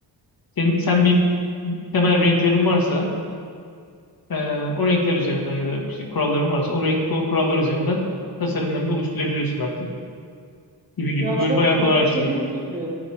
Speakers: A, on the left; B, on the right.
A: sen, sen bir temel renklerin varsa e, o renkler üzerinden ya da işte kuralların varsa o, renk, o kurallar üzerinden tasarımlarını da oluşturabiliyorsun artık gibi
B: Ya
A: gibi böyle
B: çok
A: bayağı
B: tehlikeli
A: kolaylaştırdı.
B: gibi.